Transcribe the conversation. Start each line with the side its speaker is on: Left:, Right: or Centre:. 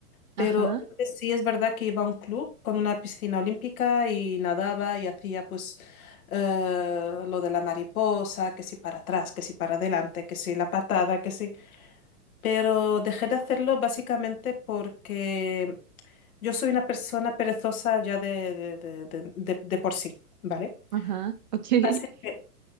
Left: pero
Right: Ajá,
Left: antes sí es verdad que iba a un club con una piscina olímpica y nadaba y hacía pues eh, lo de la mariposa, que si para atrás, que si para adelante, que si la patada, que si... Pero dejé de hacerlo básicamente porque yo soy una persona perezosa ya de, de de- de- de- de por sí, ¿vale?
Right: ajá, ok. <laughs>
Left: Así que